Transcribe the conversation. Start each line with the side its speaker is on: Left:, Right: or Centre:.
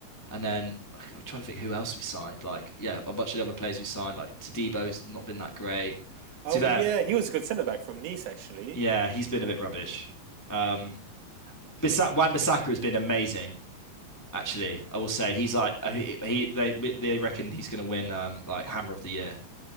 Left: and then like, I'm trying to think who else we signed. Like, yeah, a bunch of the other players we signed. Like Tadebo's not been that great.
Right: oh
Left: To that,
Right: yeah, he was a good centre back from Nice actually.
Left: yeah, he's been a bit rubbish. Um, Bisa Wan-Bissaka has been amazing. Actually, I will say he's like uh, he, he they they reckon he's going to win um like Hammer of the Year.